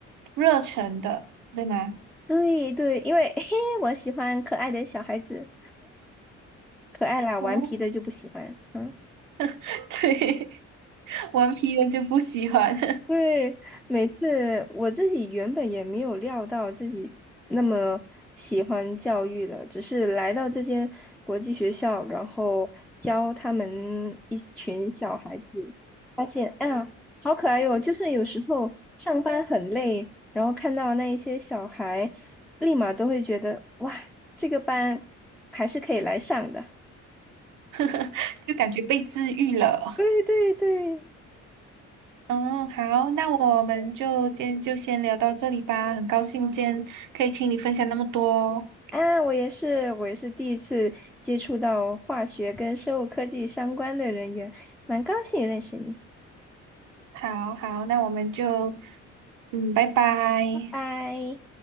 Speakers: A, on the right; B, in the centre.
A: 热忱的，对吗？
B: 对对，因为嘿，我喜欢可爱的小孩子，可爱啦，
A: 哦，
B: 顽皮的就不喜欢。嗯。
A: <laughs> 对，顽皮的就不喜欢，
B: 对，每次我自己原本也没有料到自己那么喜欢教育的，只是来到这间国际学校，然后教他们一群小孩子，发现，哎呀，好可爱哟！就是有时候上班很累，然后看到那一些小孩，立马都会觉得，哇，这个班还是可以来上的。
A: <laughs> 就感觉被治愈了。
B: 对对对。
A: 嗯，好，那我们就今天就先聊到这里吧。很高兴今天可以听你分享那么多哦。
B: 啊，我也是，我也是第一次接触到化学跟生物科技相关的人员，蛮高兴认识你，
A: 好好，那我们就，嗯，拜拜。
B: 拜拜。